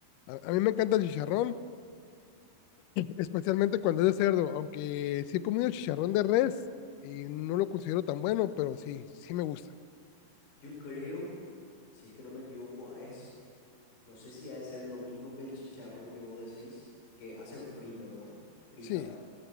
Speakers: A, on the left; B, on the left.
A: A, a mí me encanta el chicharrón. especialmente cuando es de cerdo, aunque sí he comido chicharrón de res y no lo considero tan bueno, pero sí, sí me gusta.
B: yo creo, si es que no me equivoco, es, no sé si ha de ser lo mismo que el chicharrón que vos decís, que hacen frito, ¿no? Fritan.
A: Sí,